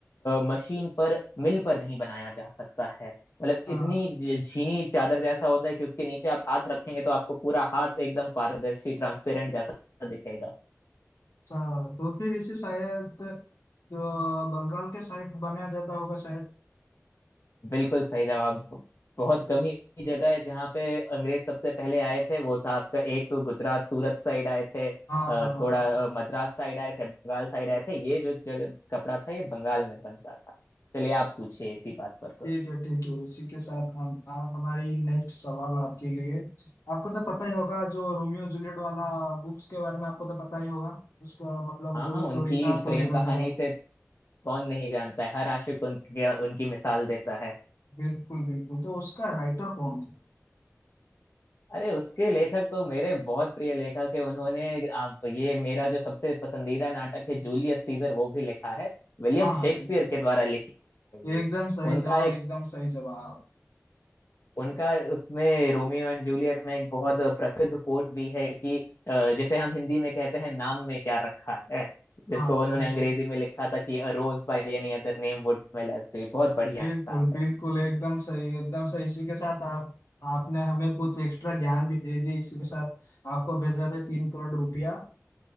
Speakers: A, on the left; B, on the left.
A: मशीन पर मिल पर नहीं बनाया जा सकता है मतलब
B: हाँ
A: इतनी ज- झीनी चादर जैसा होता है कि उसके नीचे आप हाथ रखेंगे तो आपको पूरा हाथ एकदम पारदर्शी ट्रांसपेरेंट जैसा दिखेगा
B: अच्छा तो फिर इसे शायद जो बंगाल के साइड बनाया जाता होगा शायद
A: बिल्कुल सही जवाब बहुत कम ही जगह है जहाँ पे अंग्रेज सबसे पहले आए थे वो था आपका एक तो गुजरात सूरत साइड आए थे अ,
B: हाँ हाँ
A: थोड़ा
B: हाँ
A: अ, मद्रास साइड आए थे बंगाल साइड आए थे ये जो जगह कपड़ा था ये बंगाल में बनता था चलिए आप पूछिए इसी बात पर कुछ
B: ठीक है ठीक है इसी के साथ हम आ, हमारी नेक्स्ट सवाल आपके लिए आपको तो पता ही होगा जो रोमियो जूलियट वाला बुक्स के बारे में आपको तो पता ही होगा उसका मतलब
A: हाँ
B: जो
A: हाँ
B: भी स्टोरी
A: उनकी
B: था स्टोरी
A: प्रेम कहानी
B: वगैरह
A: से कौन नहीं जानता है हर आशिक उनकी उनकी मिसाल देता है
B: बिल्कुल बिल्कुल तो उसका राइटर कौन था
A: अरे उसके लेखक तो मेरे बहुत प्रिय लेखक है उन्होंने आप ये मेरा जो सबसे पसंदीदा नाटक है जूलियस सीजर वो भी लिखा है विलियम
B: हाँ हाँ
A: शेक्सपियर
B: बिल्कुल
A: के द्वारा लिखी गई है
B: ये
A: ये
B: एकदम सही
A: उनका
B: जवाब
A: एक
B: एकदम सही जवाब
A: उनका उसमें रोमियो एंड जूलियट में एक बहुत प्रसिद्ध कोट भी है कि अ, जिसे हम हिंदी में कहते हैं नाम में क्या रखा है जिसको
B: हाँ हाँ,
A: उन्होंने
B: बिल्कुल
A: अंग्रेजी में लिखा था कि a rose by any other name would smell as sweet बहुत बढ़िया
B: बिल्कुल
A: किताब
B: बिल्कुल
A: है
B: एकदम सही एकदम सही इसी के साथ आप आपने हमें कुछ एक्स्ट्रा ज्ञान भी दे दिया इसी के साथ आपको भेजा था तीन करोड़ रुपया